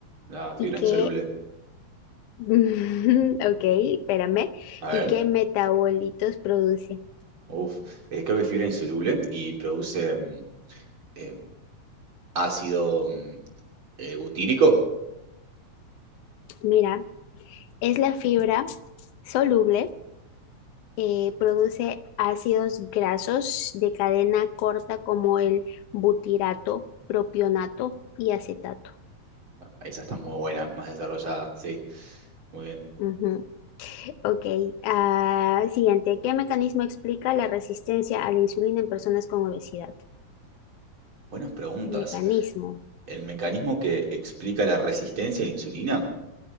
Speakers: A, on the right; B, on the left.
A: La fibra
B: y qué,
A: insoluble.
B: <laughs> ok, espérame,
A: A
B: y
A: ver,
B: qué metabolitos produce.
A: uf, eh, creo que fibra insoluble y produce mm, eh, ácido mm, eh, butírico.
B: Mira, es la fibra soluble, eh, produce ácidos grasos de cadena corta como el butirato, propionato y acetato.
A: Esa está muy buena, más desarrollada, sí. Muy bien.
B: Ujú, Ok, ah, siguiente, ¿qué mecanismo explica la resistencia a la insulina en personas con obesidad?
A: Buenas preguntas.
B: Mecanismo
A: El mecanismo que explica la resistencia a la insulina